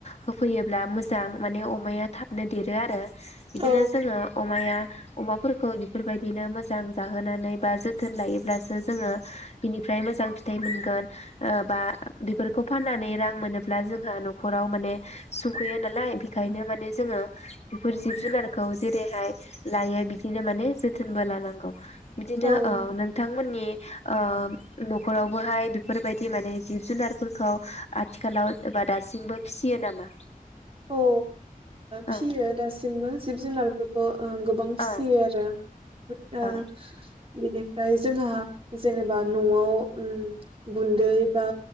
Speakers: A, on the left (about 45°); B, on the right (about 40°).
A: होफैयोब्ला मोजां माने अमाया थाबनो देरो आरो। बिदिनो
B: औ
A: जोङो अमाया अमाफोरखौ बेफोरबायदिनो मोजां जाहोनानै बा जोथोन लायोब्लासो जोङो बिनिफ्राय मोजां फिथाइ मोनगोन ओ बा बेफोरखौ फाननानै रां मोनोब ब्ला जोंहा नख'राव माने सुंख'यो नालाय बेखायनो माने जोङो बेफोर जिब-जुनारखौ जेरैहाय लायो बिदिनो माने जोथोनबो लानांगौ। बिदिनो
B: औ
A: ओ नोंथांमोननि ओ नख'रावबोहाय बेफोरबायदि माने जिब-जुनारफोरखौ आथिखालाव एबा दासिमबो फिसियो नामा?
B: औ ओ फिसियो
A: औ
B: दासिमबो जिब-जुनार फोरखौ ओ गोबां फिसियो
A: औ
B: आरो ओ
A: औ
B: बिनि फ्राय जोंहा जेनेबा नआव ओम। गुन्दै बा